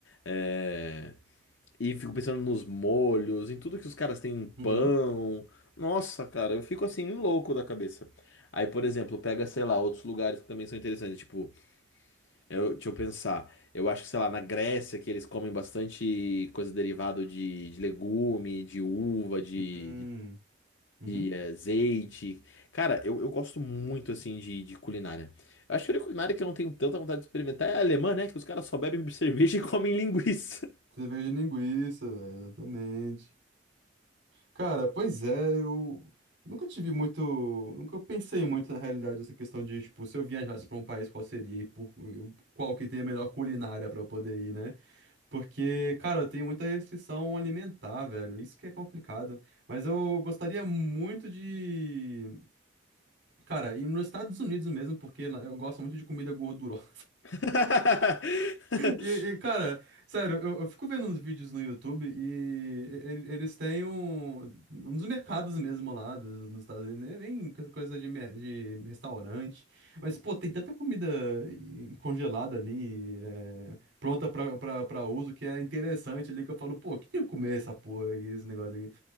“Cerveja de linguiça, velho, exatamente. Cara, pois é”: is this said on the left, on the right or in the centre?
Right